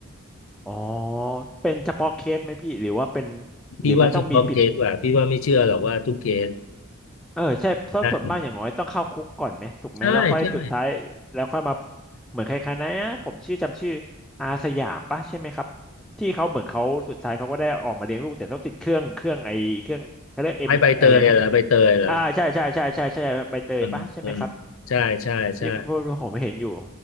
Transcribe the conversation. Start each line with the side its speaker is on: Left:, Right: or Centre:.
Centre: อ๋อเป็นเฉพาะเคสไหมพี่หรือว่าเป็น
Left: พี่ว่าเฉพาะเคสว่ะพี่ว่าไม่เชื่อหรอกว่าทุกเคส
Centre: หรือมันต้องมีปิด เออใช่เพราะส่วนมากอย่างน้อยต้องเข้าคุกก่อนไหมถูกไหมแล้วค่อยสุดท้ายแล้วค่อยมา
Left: นะใช่ใช่
Centre: เหมือนใครๆนะผมชื่อจำชื่ออาสยามปะใช่ไหมครับที่เขาเหมือนเขาสุดท้ายเขาก็ได้ออกมาเลี้ยงลูกแต่ต้องติดเครื่องเครื่องไอเครื่องเขาเรียกเอ็มอะไรนะ
Left: ไอ้ใบเตยเหรอใบเตยเหรอ
Centre: อ่าใช่ใช่ใช่ใช่ใช่ใบเตยปะใช่ไหมครับ
Left: เออเออใช่ใช่ใช่
Centre: ที่พวกผมเห็นอยู่